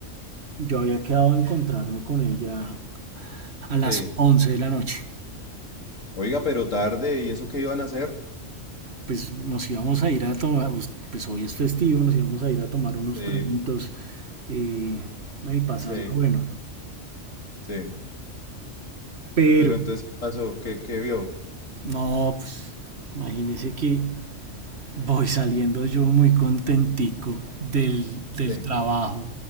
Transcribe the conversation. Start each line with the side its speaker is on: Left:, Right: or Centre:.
Right: yo había quedado de encontrarme con ella a
Left: sí.
Right: las 11 de la noche.
Left: Oiga, pero tarde, ¿y eso qué iban a hacer?
Right: Pues nos íbamos a ir a tomar, pues, pues hoy es festivo, nos íbamos a ir a tomar unos
Left: Sí,
Right: traguitos eh, y pasarla
Left: sí,
Right: bueno.
Left: sí.
Right: Pero,
Left: Pero entonces, ¿qué pasó? ¿Qué, qué vio?
Right: no, pues, imagínese que voy saliendo yo muy contentico del, del
Left: Sí,
Right: trabajo.